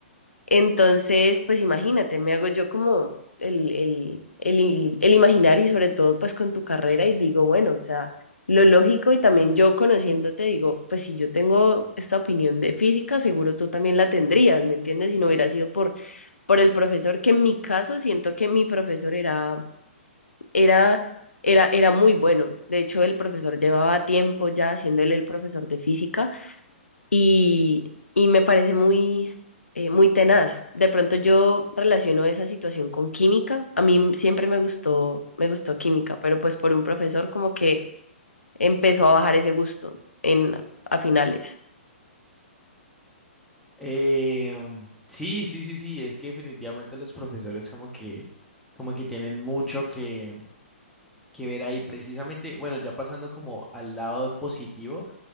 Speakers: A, on the left (about 90°); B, in the centre.
A: Entonces, pues, imagínate, me hago yo como el, el, el, el imaginario y sobre todo, pues, con tu carrera y digo, bueno, o sea... Lo lógico y también yo conociéndote digo, pues si yo tengo esta opinión de física, seguro tú también la tendrías, ¿me entiendes? Si no hubiera sido por, por el profesor, que en mi caso siento que mi profesor era era, era, era muy bueno. De hecho, el profesor llevaba tiempo ya haciéndole el profesor de física y, y me parece muy, eh, muy tenaz. De pronto yo relaciono esa situación con química. A mí siempre me gustó, me gustó química, pero pues por un profesor como que empezó a bajar ese gusto en, a finales.
B: Eh, sí, sí, sí, sí, es que definitivamente los profesores como que, como que tienen mucho que, que ver ahí. Precisamente, bueno, ya pasando como al lado positivo